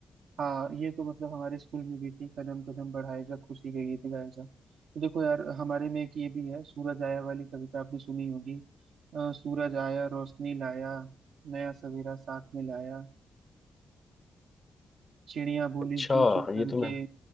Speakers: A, on the right (about 80°); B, on the left (about 35°).
A: हाँ ये तो मतलब हमारे स्कूल में भी थी कदम कदम बढ़ाए जा खुशी के गीत गाए जा तो देखो यार हमारे में एक ये भी है सूरज आया वाली कविता आपने सुनी होगी अ, सूरज आया रोशनी लाया नया सवेरा साथ में लाया चिड़िया बोली
B: अच्छा
A: चू चू
B: ये
A: करके
B: तो मैं